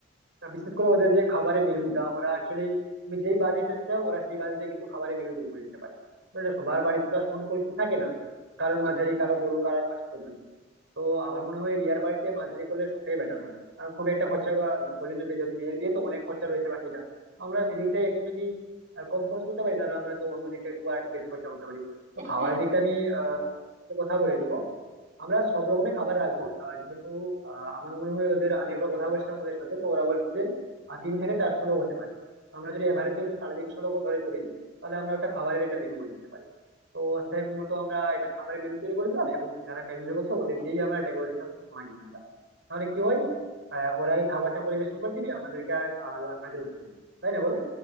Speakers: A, on the right; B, on the right.
A: আর বিশেষ করে ওদের যে খাবারের মেনুটা ওরা অ্যাকচুয়ালি তুমি যেই বাজেটে চাও ওরা সেই বাজেটে কিন্তু খাবারের মেনু তৈরি করে দিতে পারে তো এটা সবার বাড়িতে তো আর সমান পরিস্থিতি থাকে না কারোর মাঝারি
B: এহ,
A: কারো বড় কারোর আবার ছোট বড় তো আমার মনে হয় রিয়ার বাড়িতে মাঝারি করলে সব থেকে বেটার হবে কারণ খুব একটা খরচা বা- না করলে চলবে যেহেতু মেয়ের বিয়ে তো অনেক খরচা রয়েছে বাকিটা আমরা এদিকটাই একটু যদি আহ, কম খরচ করতে পারি তাহলে আমরা তো অন্য দিকটা একটু আর একটু বেশি খরচা করতে পারি তো খাবারের
B: হ্যাঁ
A: দিকটা আমি আহ, একটু কথা বলে নিব আমরা সব রকমের খাবার রাখবো আহ, যেহেতু আহ, আমার মনে হয় ওদের আমি একবার কথা বলছিলাম ওদের সাথে তো ওরা বলছে যে আহ, তিন থেকে চারশো লোক হতে পারে আমরা যদি এভারেজ যদি সাড়ে তিনশো লোক ধরে চলি তাহলে আমরা একটা খাবারের একটা মেনু করে দিতে পারি তো সেই মতো আমরা এটা খাবারের মেনু তৈরি করে দিলাম এবং যারা প্যান্ডেল করছে ওদের
B: হ্যাঁ
A: দিয়েই আমরা ডেকোরেশন মাগিয়ে নিলাম তাহলে কি হয় আহ, ওরাই খাবারটা পরিবেশন করে দিবে আমাদেরকে আর আহ, লা- কাজে লাগছে না তাই না বলো